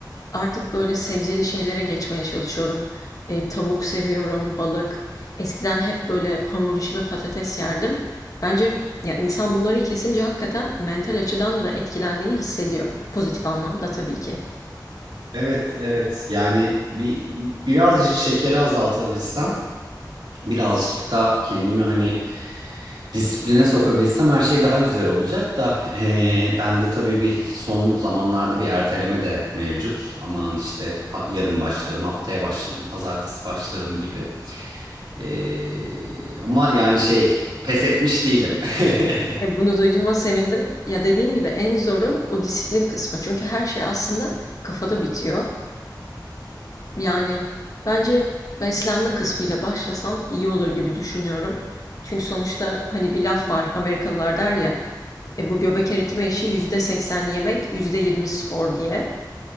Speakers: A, on the left; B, on the right.
A: artık böyle sebzeli şeylere geçmeye çalışıyorum. E, tavuk seviyorum, balık. Eskiden hep böyle hamur işi ve patates yerdim. Bence ya insan bunları kesince hakikaten mental açıdan da etkilendiğini hissediyor. Pozitif anlamda tabii ki.
B: Evet, evet. Yani bir birazcık şekeri azaltabilsem, birazcık da kendimi hani disipline sokabilsem her şey daha güzel olacak da eee bende tabii bir son zamanlarda bir erteleme de mevcut. Aman işte ha- yarın başlarım, haftaya başlarım, pazartesi başlarım gibi. Eee, ama yani şey pes etmiş değilim. <laughs>
A: E, bunu duyduğuma sevindim. Ya dediğim gibi en zoru o disiplin kısmı. Çünkü her şey aslında kafada bitiyor. Yani bence beslenme kısmıyla başlasan iyi olur gibi düşünüyorum. Çünkü sonuçta hani bir laf var Amerikalılar der ya e, bu göbek eritme işi %80 yemek %20 spor diye.